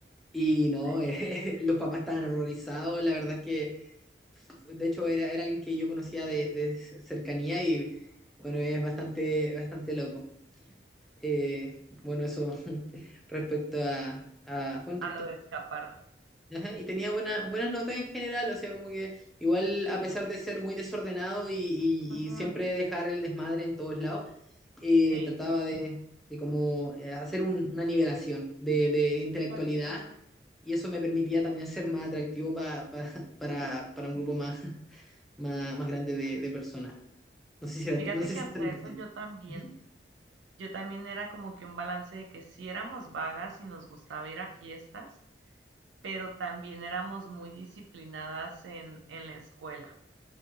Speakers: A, in the centre; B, on the right.
A: Y no,
B: sí,
A: <laughs> eh, los papás estaban horrorizados. La verdad es que, de hecho, era, era alguien que yo conocía de, de cercanía y, bueno, es bastante, bastante loco. Eh, bueno, eso <laughs> respecto a, a bueno,
B: a lo de escapar.
A: Ajá, y tenía buena- buenas notas en general, o sea, como que igual a pesar de ser muy desordenado y, y-
B: Ujú,
A: y siempre dejar el desmadre en todos lados, eh,
B: Sí.
A: trataba de, de como eh, hacer un- una nivelación de, de- de intelectualidad
B: Fíjate- Ajá.
A: y eso me permitía también ser más atractivo pa- pa- <laughs> para, para un grupo más, <laughs> más, más grande de, de personas. No sé si era-
B: Fíjate
A: no sé
B: que
A: si
B: hasta
A: es tan importante.
B: eso yo también.
A: Ujú,
B: Yo también era como que un balance de que sí éramos vagas y nos gustaba ir a fiestas, pero también éramos muy disciplinadas en, en la escuela.